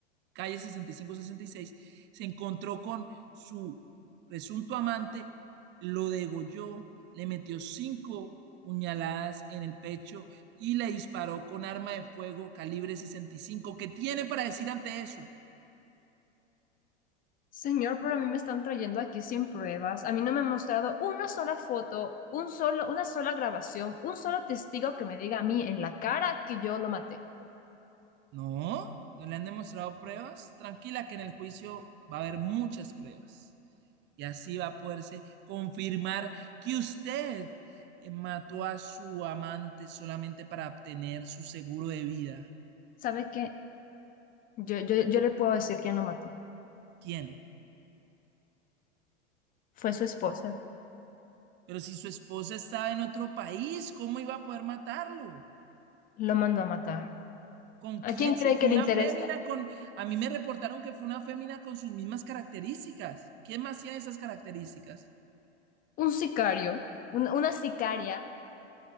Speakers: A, on the right; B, on the left.
A: calle sesenta sesenta y cinco sesenta y seis se encontró con su presunto amante, lo degolló, le metió cinco puñaladas en el pecho y le disparó con arma de fuego calibre 65. ¿Qué tiene para decir ante eso?
B: Señor, pero a mí me están trayendo aquí sin pruebas. A mí no me han mostrado una sola foto, un solo, una sola grabación, un solo testigo que me diga a mí en la cara que yo lo maté.
A: No, no le han demostrado pruebas. Tranquila que en el juicio va a haber muchas pruebas. Y así va a poderse confirmar que usted eh, mató a su amante solamente para obtener su seguro de vida.
B: ¿Sabe qué? Yo, yo, yo le puedo decir quién lo mató.
A: ¿Quién?
B: Fue su esposa.
A: Pero si su esposa estaba en otro país, ¿cómo iba a poder matarlo?
B: Lo mandó a matar.
A: ¿Con quién?
B: ¿A quién cree
A: Si fue
B: que le
A: una
B: interesa?
A: fémina con... A mí me reportaron que fue una fémina con sus mismas características. ¿Quién más tiene esas características?
B: Un sicario, una, una sicaria.